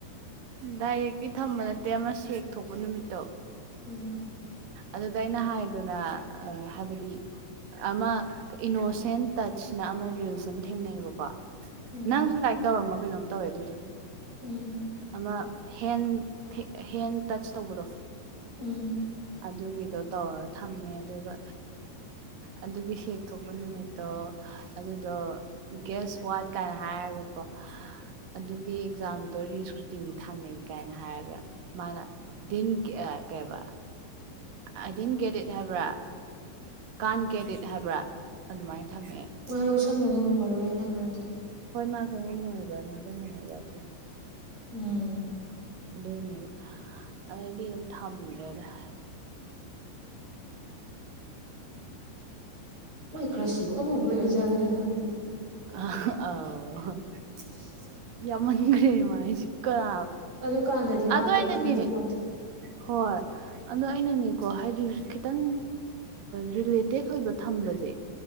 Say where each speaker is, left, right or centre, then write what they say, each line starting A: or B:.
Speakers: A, on the right; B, on the right.
A: ꯗꯥꯏꯔꯦꯛꯀꯤ ꯊꯝꯕ ꯅꯠꯇꯦ ꯑꯃ ꯁꯦꯛ ꯊꯣꯛꯄ ꯅꯨꯃꯤꯠꯇꯣ
B: ꯎꯝ
A: ꯑꯗꯨꯗ ꯑꯩꯅ ꯍꯥꯏꯗꯅ ꯍꯥꯏꯕꯗꯤ ꯑꯃ ꯏꯅꯣꯁꯦꯟ ꯇꯁꯅ ꯑꯃ ꯔꯤꯜꯁ ꯑꯃ ꯊꯦꯡꯅꯩꯌꯦꯕꯀꯣ
B: ꯎꯝ
A: ꯅꯪꯁꯨ ꯂꯥꯏꯔꯤꯛ ꯇꯧꯔꯝ ꯀꯩꯅꯣꯝ ꯇꯧꯋꯦ ꯑꯗꯨꯗꯣ
B: ꯎꯝ
A: ꯑꯃ ꯍꯦꯟ ꯍꯦꯟ ꯇꯆꯁ ꯇꯧꯕꯗꯣ
B: ꯎꯝ
A: ꯑꯗꯨꯒꯤꯗꯣ ꯇꯧꯔꯒ ꯊꯝꯃꯦ ꯑꯗꯨꯒ ꯑꯗꯨꯒꯤ ꯁꯦꯛ ꯊꯣꯛꯄ ꯅꯨꯃꯤꯠꯇꯣ ꯑꯗꯨꯗꯣ ꯒꯦꯁ ꯋꯥꯠ ꯀꯥꯏꯅ ꯍꯥꯏꯔꯒꯀꯣ ꯑꯗꯨꯒꯤ ꯑꯦꯛꯖꯥꯝꯗꯣ ꯔꯤꯁ ꯀꯨꯇꯤꯅꯤ ꯊꯥꯅꯩ ꯀꯥꯏꯅ ꯍꯥꯏꯔꯒ ꯃꯥꯅ ꯗꯤꯟ ꯀꯩꯕ ꯑꯗꯤꯟ ꯒꯦꯠ ꯏꯠ ꯍꯥꯏꯕ꯭ꯔꯥ ꯀꯥꯟꯒꯦꯗꯤꯠ ꯍꯥꯏꯕ꯭ꯔꯥ ꯑꯗꯨꯃꯥꯏꯅ ꯊꯝꯃꯦ
B: ꯃꯥ ꯂꯧꯁꯟꯕ ꯉꯝꯃꯝꯃꯔꯣꯏ ꯅꯪ ꯍꯥꯏꯗꯣ
A: ꯍꯣꯏ ꯃꯥ ꯈꯪꯉꯝꯃꯣꯏꯕ ꯅꯤꯡ ꯖꯪꯉꯝꯃꯣꯏꯕ ꯑꯗꯨ
B: ꯎꯝ
A: ꯑꯗꯨꯏꯅꯦꯕ ꯑꯗꯩꯗꯤ ꯑꯗꯨꯝ ꯊꯝꯃꯦ ꯗ꯭ꯔꯦꯗ <unintelligible>
B: ꯃꯥꯏ ꯀ꯭ꯔꯁꯁꯤꯕꯨ ꯑꯃꯃꯨꯛ ꯂꯩꯔꯖꯥꯠꯂ ꯈꯪꯗꯦ
A: ꯑ ꯑꯥꯎ
B: ꯎ <unintelligible>
A: ꯌꯥꯝꯃꯟꯒꯔꯦ ꯃꯥꯥꯏꯖꯤ ꯀꯥꯅ
B: ꯑꯗꯨꯀꯥꯟꯗꯗꯤ ꯃꯥ
A: ꯑꯗꯨ
B: ꯀꯩꯝ
A: ꯑꯩꯅꯅꯦ
B: ꯈꯪꯖꯄꯣꯟꯇꯦ
A: ꯍꯣꯏ ꯑꯗꯣ ꯑꯩꯅꯅꯦꯀꯣ ꯍꯥꯏꯗꯤ ꯈꯤꯇꯪ ꯔꯤꯂꯦꯇꯦꯠ ꯑꯣꯏꯕ ꯊꯝꯕꯁꯦ